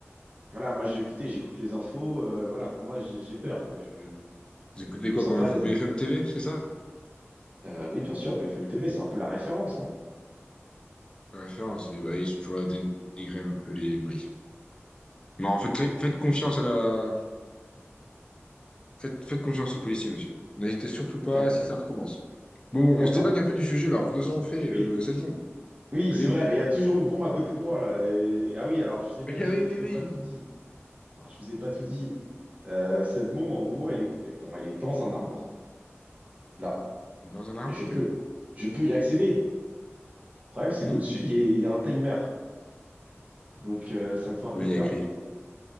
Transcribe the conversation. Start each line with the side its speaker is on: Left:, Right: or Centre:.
Right: voilà, moi j'ai écouté, j'écoute les infos. euh, voilà, pour moi j'ai j'ai peur, quoi. Je, je
Left: Vous écoutez
Right: me
Left: quoi
Right: sens
Left: comme
Right: pas
Left: info
Right: à l'aise.
Left: BFM TV, c'est ça?
Right: Euh, oui, bien sûr, BFM TV, c'est un peu la référence, non?
Left: La référence, oui, bah, ils sont toujours là à dénigrer un peu les... Oui. Non, en fait, très- faites confiance à la... Faites, faites confiance aux policiers, monsieur. N'hésitez surtout pas
Right: D'accord,
Left: si ça recommence. Bon, bon,
Right: d'accord.
Left: on se dévague un peu du sujet, là. Nous avons fait
Right: Oui.
Left: euh, cette bombe.
Right: Oui,
Left: Elle
Right: c'est
Left: est
Right: vrai,
Left: où?
Right: bah, il y a toujours une bombe à côté de moi là. Et- Ah oui, alors je vous ai pas
Left: <laughs>
Right: dit,
Left: Ah oui,
Right: je
Left: oui,
Right: vous
Left: oui.
Right: ai pas tout dit. Alors, je vous ai pas tout dit. Euh, cette bombe, en gros, elle est, bon, elle est dans un arbre. Là,
Left: Dans un arbre,
Right: je
Left: ok.
Right: peux, je peux y accéder. Le problème, c'est
Left: Hmm
Right: qu'au-dessus, il y, a il y a un timer. Donc, euh, ça me fait
Left: Combien
Right: un peu
Left: il
Right: peur.
Left: y a écrit?